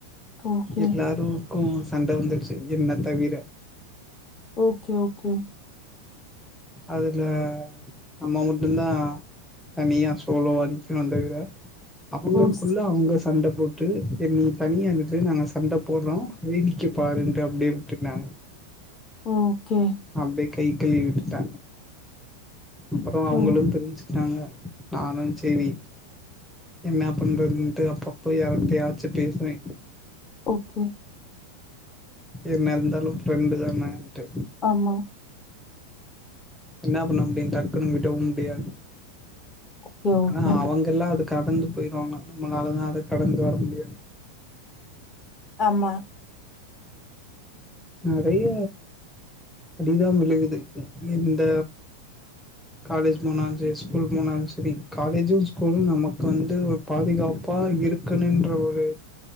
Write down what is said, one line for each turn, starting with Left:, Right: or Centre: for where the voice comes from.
Left: ஓகே
Centre: எல்லாரு க்கு சண்ட வந்துடுச்சு என்ன தவிர
Left: ஓகே ஓகே
Centre: அதுல நம்ம மட்டுந்தா தனியா சோலோவா நிக்குனு தவிர அவுங்களுக்குள்ள
Left: ஓ ஸ்
Centre: அவுங்க சண்ட போட்டு என் நீ தனியா விடு நாங்க சண்ட போட்றோ வேடிக்க பாருன்ட்டு அப்டியே விட்டுட்டே
Left: ஓகே
Centre: அப்டியே கை கழுவி விட்டுட்டே அப்றோ அவுங்களு
Left: ம்
Centre: தெரிஞ்சு ருவாங்க நானு செரி என்ன பண்றதுன்டு அப்பப்போ எவடயாச்சு பேசுவே
Left: ஓகே
Centre: என்ன இருந்தாலு ஃப்ரெண்டு தானேன்டு
Left: ஆமா
Centre: என்ன பண்ணமுடியு டக்குணு விடவு முடியாது
Left: ஓகே ஓகே
Centre: ஆனா அவங்கல்லா அது கடந்து போயிருவாங்க நம்மளாலதா அத கடந்து வர முடியா
Left: ஆமா
Centre: நறைய அடிதா விழுகுது இந்த காலேஜ் போனாலு செரி ஸ்கூல் போனாலு செரி காலேஜு ஸ்கூலு நமக்கு வந்து ஒரு பாதுகாப்பா இரு க்குனுன்ற ஒரு